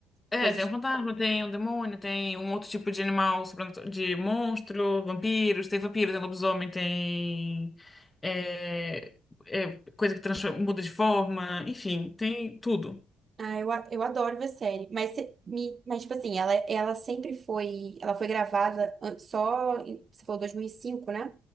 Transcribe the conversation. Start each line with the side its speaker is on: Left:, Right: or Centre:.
Left: É,
Right: coisas
Left: tem um fantasma, tem um demônio, tem um outro tipo de animal, sobrenatu- de monstro, vampiros, tem vampiro, tem lobisomem, tem é, é, coisa que transfor- muda de forma, enfim, tem tudo.
Right: Ah, eu, a- eu adoro ver série, mas, se- me, mas tipo assim, ela, ela sempre foi, ela foi gravada an- só, em- você falou dois mil e cinco né?